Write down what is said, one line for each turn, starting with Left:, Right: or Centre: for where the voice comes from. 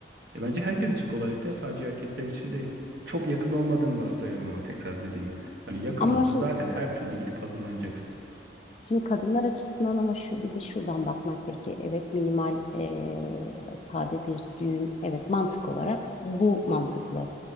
Right: E bence herkes için kolaylık ya sadece erkekler için değil. Çok yakın olmadığını varsayıyorum ama tekrar dediğim gibi. Hani yakın
Left: ama
Right: olana
Left: şimdi
Right: zaten her türlü gidip hazırlanacaksın.
Left: Şimdi kadınlar açısından ama şu bir de şuradan bakmak gerekiyor. Evet minimal eee, sade bir düğün. Evet mantık olarak bu mantıklı.